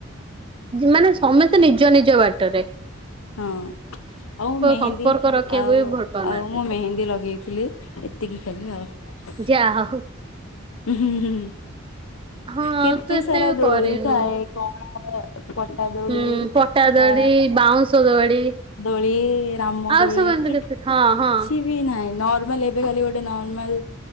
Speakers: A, on the right; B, on the left.
A: ମାନେ ସମସ୍ତେ ନିଜ ନିଜ ବାଟରେ ରେ
B: ହଁ ଆଉ ମେହେନ୍ଦୀ
A: ସମ୍ପର୍କ ରଖିବାକୁ
B: ଆଉ
A: ବି ଭଲ ପାଉନାହାନ୍ତି
B: ଆଉ ମୁଁ ମେହେନ୍ଦୀ ଲଗେଇବି ଥିଲି ଏତିକି ଖାଲି ଆଉ
A: ଯାହା ହେଉ
B: ହ ହ
A: ହଁ ଆଉ
B: କେତେ
A: ତୁ ଏତେ
B: ସାରା
A: ବି
B: ଦୋଳି
A: କରିନୁ
B: ଥାଏ କଣ ପଟାଦୋଳି
A: ହୁଁ ପଟା ଦୋଳି
B: ଆ
A: ବାଉଁଶ ଦୋଳି
B: ଦୋଳି ରାମ
A: ଆଉ
B: ଦୋଳି
A: ସବୁ ଏମିତି
B: କିଛି
A: କେତେ ହଁ ହଁ
B: ବି ନାହିଁ ନର୍ମାଲ୍ ଏବେ ଖାଲି ଗୋଟେ ନର୍ମାଲ୍